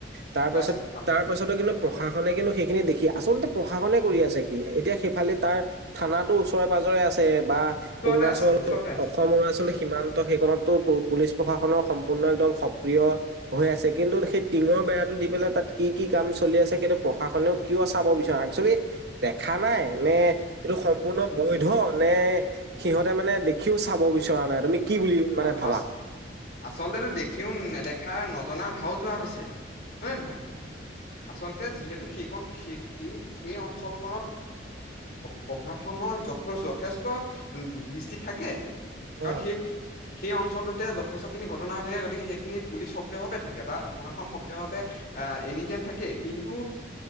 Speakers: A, on the right (about 55°); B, on the left (about 50°).
A: তাৰ
B: পাইছিলো
A: পাছত
B: হয়
A: তাৰ
B: হয়
A: পাছতো কিন্তু প্ৰশাসনে কিন্তু সেইখিনি দেখি আচলতে প্ৰশাসনে কৰি আছে কি এতিয়া সেইফালে তাৰ থানাো ওচৰে প আছে বা
B: ওচৰতে
A: অৰুণাচল
B: আছে ওচৰতে আছে
A: অসম অৰুণাচল সীমান্ত সেইখনতো পুলিচ প্ৰশাসনৰ সম্পূৰ্ণ একদম সক্ৰিয় হৈ আছে কিন্তু সেই টিঙৰ বেৰাটো দি পেলাই তাত কি কি কাম চলি আছে সেইটো প্ৰশাসনেও কিয় চাব বিচৰা একচোৱেলি দেখা নাই নে এইটো সম্পূৰ্ণ বৈধ নে সিহতে মানে দেখিও চাব বিচৰা নাই তুমি কি বুলি মানে
B: অ'
A: ভাবা?
B: আচ-আচলতেটো দেখিও নেদেখ কথা নজনা ভাও যোৰা হৈছে হয়নে নহয় আচলতে যিহেতু সেইখন সেই সেই সেই অঞ্চলখনত প্ৰশাসন যথেষ্ট উ দৃষ্টিত থাকে
A: উম
B: কাৰণ সেই সেই অঞ্চলটোতে যথেষ্টখিনি ঘটনা হৈ থাকে গতিকে সেইখিনিত পুলিচ সক্ৰিয় ভাৱে থাকে বা প্ৰশাসন সক্ৰিয়ভাৱে আহ এনি টাইম থাকে কিন্তু